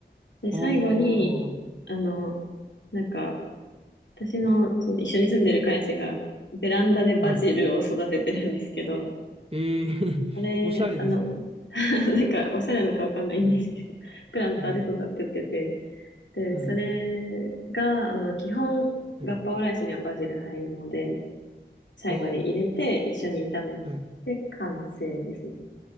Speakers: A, on the left; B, on the right.
A: で、
B: ああ、
A: 最後に、あの、なんか、私の、その一緒に住んでる彼氏が、ベランダでバジルを育ててるんですけど、
B: はい。ええ <laughs>
A: それ、
B: おしゃれですね。
A: あの、<laughs> なんか、おしゃれなのかわかんないんですけど、
B: うん、
A: プランターで育ててて、
B: うん、
A: で、
B: うん。
A: それが、あの、基本、
B: はい。
A: ガッパオライスにはバジル入るので、最後に入れて、
B: ああ、
A: 一緒に炒めて、
B: はい。
A: 完成ですね。